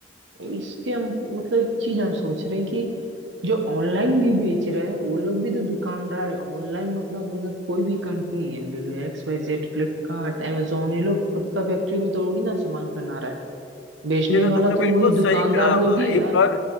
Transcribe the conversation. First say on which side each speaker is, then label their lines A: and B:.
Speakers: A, on the right; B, on the left.
A: इसके हम मतलब एक चीज हम सोच रहे हैं कि जो ऑनलाइन भी बेच रहे हैं वो लोग भी तो दुकानदार है ऑनलाइन मतलब अगर कोई भी कंपनी है ले लो X Y Z Flipkart amazon ये लोग खुद का फैक्ट्री में थोड़ी ना सामान बना रहा है बेचने
B: ये तो
A: वाला
B: तुमने बिल्कुल
A: तो वही
B: सही
A: दुकानदार
B: कहा
A: लोग
B: भाई
A: ही है ना
B: पर